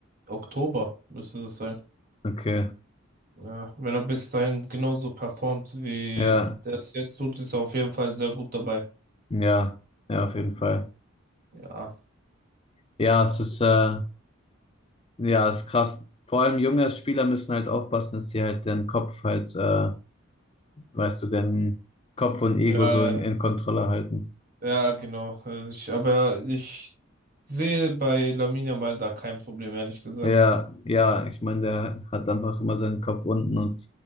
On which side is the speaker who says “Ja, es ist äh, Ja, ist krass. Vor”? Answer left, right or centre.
Left